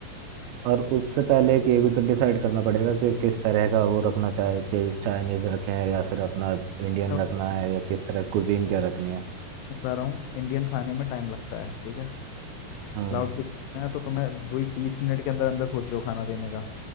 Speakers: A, on the right (about 80°); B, on the left (about 85°).
A: और उससे पहले कि ये भी तो डिसाइड करना पड़ेगा कि किस तरह का वो रखना चाहे कि चाइनीज रखें या फिर अपना इंडियन
B: मैं
A: रखना है या किस तरह कुजीन क्या रखनी है
B: बता रहा हूँ इंडियन खाने में टाइम लगता है ठीक है
A: हम्म
B: क्लाउड किचन है तो तुम्हें वही तीस मिनट के अंदर अंदर सोच रहे हो खाना देने का